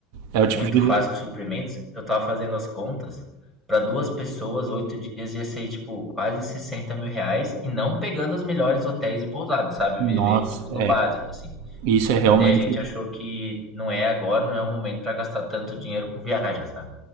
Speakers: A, on the right (about 65°); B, in the centre.
A: É o tipo
B: Muito
A: de.
B: fácil os suprimentos. Eu tava fazendo as contas. Pra duas pessoas, oito dias ia ser, tipo, quase sessenta mil reais. E não pegando os melhores hotéis e pousadas, sabe?
A: Nossa,
B: Vivendo, tipo, no
A: é.
B: básico, assim.
A: Isso é realmente.
B: Daí a gente achou que não é agora, não é o momento pra gastar tanto dinheiro com viagem, sabe?